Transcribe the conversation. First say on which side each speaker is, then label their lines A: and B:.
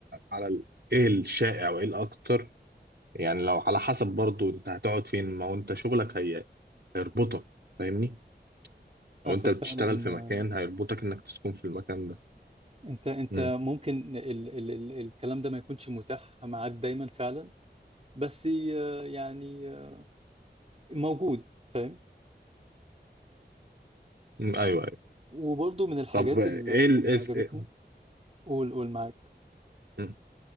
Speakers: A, on the right (about 70°); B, on the right (about 35°).
A: على ال- ايه الشائع وايه الاكتر يعني لو على حسب برضو انت هتقعد فين ما هو انت شغلك هي هيربطك فاهمني
B: حسب
A: لو انت بتشتغل
B: فعلا
A: في
B: آه،
A: مكان هيربطك انك تسكن في المكان ده
B: انت انت
A: امم
B: ممكن ال ال ال الكلام ده ما يكونش متاح معاك دايما فعلا بس آه، يعني آه، موجود فاهم
A: أمم، ايوه ايوه
B: وبرضه من الحاجات
A: طب ايه
B: ال-
A: ال
B: اللي
A: إيه
B: عجبتني
A: س- إيه-
B: قول قول معاك <laughs>
A: أمم.